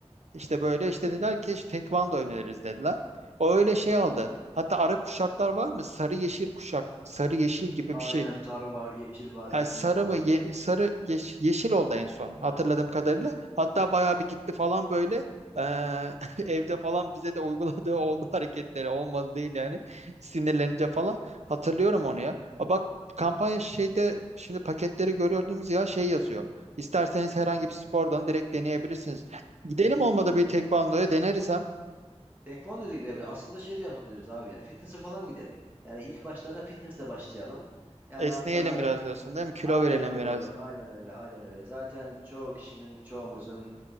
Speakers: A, on the right; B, on the right.
A: İşte böyle işte
B: Hı.
A: dediler ki işte tekvando öneririz dediler. O öyle şey aldı. Hatta ara kuşaklar var mı? Sarı yeşil kuşak, sarı yeşil gibi
B: Aynen
A: bir şey.
B: sarı var, yeşil var,
A: Ha,
B: kırmızı
A: sarı
B: var.
A: mı? Ye- sarı yeş- yeşil oldu en son hatırladığım kadarıyla. Hatta bayağı bir gitti falan böyle. Ee, <laughs> evde falan bize de uyguladığı oldu
B: Hı,
A: <laughs> hareketleri olmadı değil yani sinirlenince falan hatırlıyorum onu ya. A bak kampanya şeyde şimdi paketleri görüyordunuz ya şey yazıyor. İsterseniz herhangi
B: hı.
A: bir spordan direkt deneyebilirsiniz. Gidelim olmadı bir tekvandoya deneriz hem
B: Tekvando da gidebilir. Aslında şey de yapabiliriz abi ya. Fitness'e falan gidelim. Yani ilk başlarda fitness'le başlayalım. Yani
A: esneyelim
B: hatta
A: biraz diyorsun değil mi? Kilo
B: Aynen
A: verelim biraz.
B: doğru. Aynen öyle. Aynen öyle. Zaten çoğu kişinin, çoğumuzun